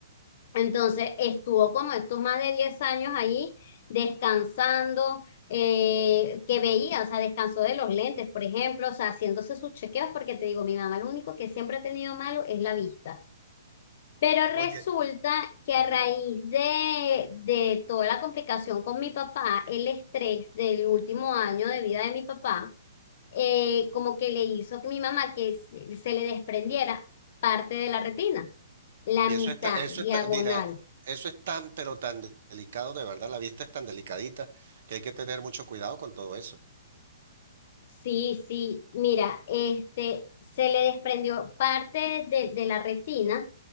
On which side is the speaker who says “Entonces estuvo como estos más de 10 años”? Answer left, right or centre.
Left